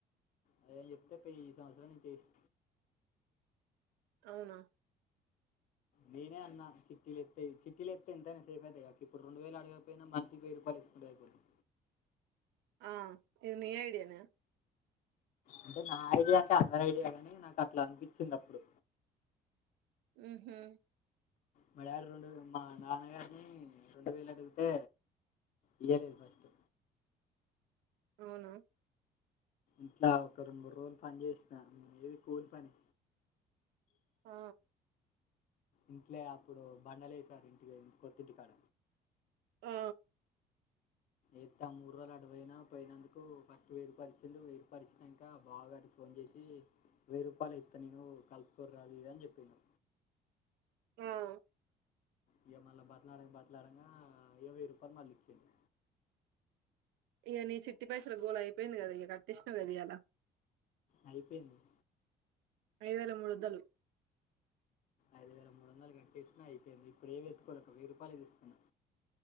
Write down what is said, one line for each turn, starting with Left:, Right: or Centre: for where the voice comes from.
Left: అదే చెప్తే పోయి ఈ సంవత్సరం నుంచి ఎస్
Right: అవునా
Left: నేనే అన్నా చిట్టీలేతె చిట్టీలేతే ఎంతైనా సేఫ్ అయితద్ గ అక్క ఇప్పుడు రెండు వేలు అడుగకపోయినా మన్ వెయ్యి రూపాయల్ తీసుకుంటే అయిపోద్ది
Right: ఆ ఇది ని ఐడియనా
Left: అంటే నా ఐడియా అంటే అందరి ఐడియా గాని నాకు అట్లా అనిపించింది అప్పుడు
Right: మ్ హు
Left: మ డాడీ రెండు మా నాన్నగారిని రెండు వేయిలు అడిగితే ఇయ్యలేదు ఫస్ట్
Right: అవునా
Left: ఇట్లా ఒక రెండు మూడు రోజులు పని చేసినా ఏది కూలి పని
Right: ఆ
Left: ఇంట్లే అప్పుడు బండలేసాను ఇంటికి కొత్తింటికాడ
Right: ఆ
Left: ఎతె ఆ మూడు రోజులు అటుపోయిన పోయినందుకు ఫస్ట్ వేయ్యి రూపాలు ఇచ్చిండు ఇచ్చినంక బావ గారి కో ఫోన్ చేసి వెయ్యి రూపాయలే ఇస్తా నేను కలుపుకోర్రి అది ఇది అని చెప్పిండు
Right: ఆా
Left: ఇగ మళ్ళ బతిలాడంగా బతిలాడంగా ఇగ వెయ్యి రూపాయలు మళ్ళ ఇచ్చిండు
Right: ఇగ నీ చిట్టి పైసలు గోళ అయిపోయింది కదా ఇగ కట్టేసినవ్ కదా ఇయ్యలా
Left: అయిపోయింది
Right: ఐదు వేల మూడోంద్దలు
Left: ఐదు వేల మూడు వందలు కట్టేసిన అయిపోయింది ఇప్పుడేమీ ఏత్తుకోలే ఒక వెయ్యి రూపాయలే తికున్నా